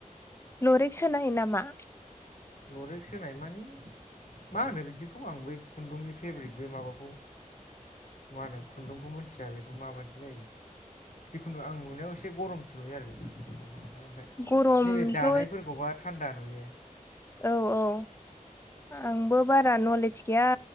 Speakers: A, on the left (about 20°); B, on the left (about 65°).
A: लरिक्स होनाय नामा?
B: लरेक्स होनाय माने मा होनो बिदिखौ आं बै खुन्दुंनि फेब्रिक बे माबाखौ मा होनो खुन्दुंखौ मिथिया बेखौ माबादि जायो। जिखुनु आं नुनायाव एसे गरमसो नुयो आरो बे बुस्थुखौ दख'नाखौ ओमफ्राय
A: गरमथ'
B: नैबे दानायफोरखौबा थान्दा नुयो।
A: औ औ आंबो बारा नलेज गैया।